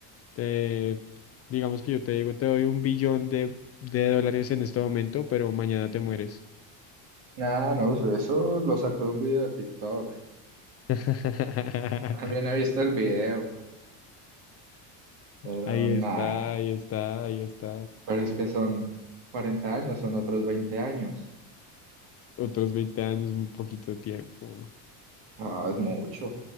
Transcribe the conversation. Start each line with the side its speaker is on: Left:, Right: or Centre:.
Left: te- digamos que yo te digo, te doy un billón de, de dólares en este momento, pero mañana te mueres.
Right: Nada, no, eso eso lo sacó de un video de TikTok.
Left: <laughs>
Right: También he visto el video, pero
Left: Ahí está,
Right: nada.
Left: ahí está, ahí está.
Right: Pero es que son 40 años, son otros veinte años.
Left: Otros 20 años, muy poquito tiempo.
Right: Ah, es mucho,